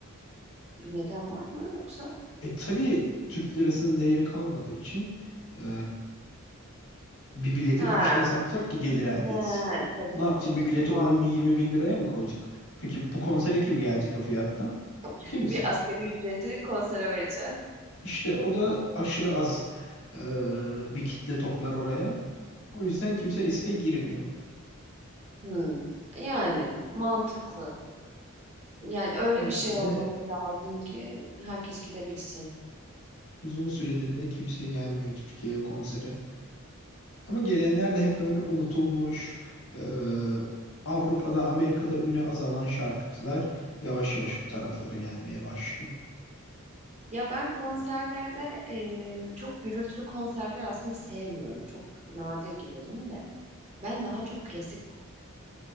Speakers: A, on the right (about 30°); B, on the left (about 70°).
A: Bir neden var mı yoksa?
B: E tabii Türk lirasının değeri kalmadığı için ee, Bir bileti
A: Ha,
B: kaçtan satacak ki gelir elde
A: ha,
B: etsin?
A: tabii
B: Ne
A: tabii
B: yapacak?
A: tabii
B: Bir bileti
A: çok mantıklı.
B: 10 bin 20 bin liraya mı koyacak? Peki bu konsere kim gelecek o fiyattan?
A: <laughs>
B: Kimse.
A: Bir asgari ücreti konsere vereceğim.
B: İşte o da aşırı az e, bir kitle toplar oraya. O yüzden kimse riske girmiyor.
A: Hmm. Yani mantıklı. Yani öyle
B: O yüzden
A: bir şey olması
B: de
A: lazım ki herkes gidebilsin.
B: uzun süredir de kimse gelmiyor Türkiye'ye konsere. Ama gelenler de hep böyle unutulmuş, e, Avrupa'da, Amerika'da üne azalan şarkıcılar yavaş yavaş bu taraflara gelmeye başlıyor.
A: Ya ben konserlerde eee, çok gürültülü konserler aslında sevmiyorum. Çok nadir giderim de. Ben daha çok klasik